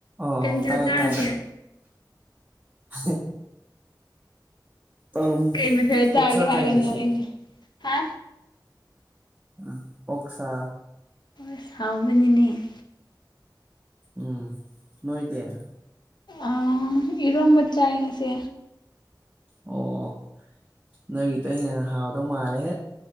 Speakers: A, on the right (about 15°); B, on the left (about 70°).
A: ꯑꯥꯎ
B: ꯃꯊꯦꯜ
A: ꯇꯥꯏ
B: ꯆꯥꯔꯒꯦ
A: ꯇꯥꯏ <unintelligible> ꯎꯝ
B: ꯀꯩ ꯃꯊꯦꯜ ꯆꯥꯔꯒꯦ
A: ꯑꯣꯛꯁꯥ
B: ꯍꯥꯏꯒ
A: ꯆꯥꯏ ꯉꯁꯤ
B: ꯅꯣꯛꯏꯅꯦ ꯍꯥ
A: ꯎꯝ ꯑꯣꯛꯁꯥ
B: <unintelligible> ꯍꯥꯎꯕꯅꯤꯅꯦ
A: ꯎꯝ ꯅꯣꯏꯗ‌ꯦ
B: ꯑꯥ ꯏꯔꯣꯝꯕ ꯆꯥꯏ ꯉꯁꯤ
A: ꯑꯣ ꯅꯣꯏꯒꯤꯇ ꯍꯦꯟꯅ ꯍꯥꯎꯗꯧ ꯃꯥꯜꯂꯦꯍꯦ